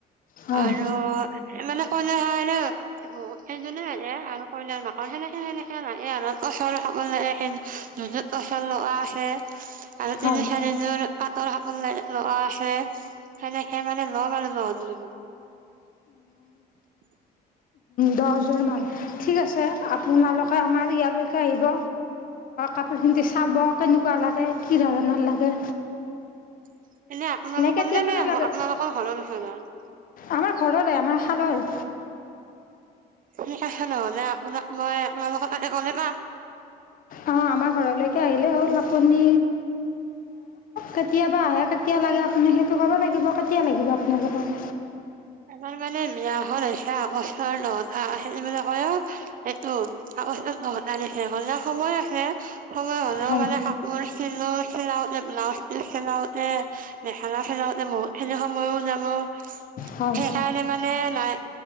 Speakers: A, on the left; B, on the right.
A: হয়
B: আৰু মানে কইনা কাৰনে, এজনেই লাগে আৰু কইনাৰ মাকৰ সেনেকে-সেনেকে লাগে আৰু উচৰে-পা-দুজন উচৰ লৰা আছে। <inaudible> আৰু
A: হয়
B: তিনি, চাৰিযোৰ কাপ <unintelligible> সনেকে মানে <unintelligible> আৰু লগ। <unintelligible>
A: দহ যোৰমান, ঠিক আছে আপোনালোকে আমাৰ ইয়ালৈকে আহিব কাপোৰখিনি চাব কেনেকুৱা লাগে কি ধৰণৰ লাগে।
B: <inaudible> এনে আপোনালোকলৈ
A: কেতিয়া মানে
B: নে
A: লাগে
B: আপোনালোকৰ ঘৰৰ ওচৰৰ? <inaudible>
A: আমাৰ ঘৰৰে আমাৰ খালৰ।
B: ঠিক আছে নহলে আপোনাক মই আপোনালোকৰ ততে গ'লে পাম।
A: অঁ আমাৰ ঘৰলৈকে আহিলেই হ'ল আপুনি, কেতিয়াবা আহে কেতিয়া লাগে আপুনি সেইটো ক'ব লাগিব, কেতিয়া লাগিব আপোনালোকক?
B: আমাৰ মানে বিয়াখন হৈছে আগষ্টৰ ন তাৰিখ মানে কয় অ এইটো আগস্টৰ নহটাৰিখে হলে সময় আছে। সময় হ'লেও
A: হয়
B: মানে কাপোৰ চিলো চিলাওতে ব্লাউজ পিল চিলাওতে মেখেলা চিলাওতে বহুত খিনি সময়ো যাব।
A: হয়
B: সেইকাৰণে মানে, নাই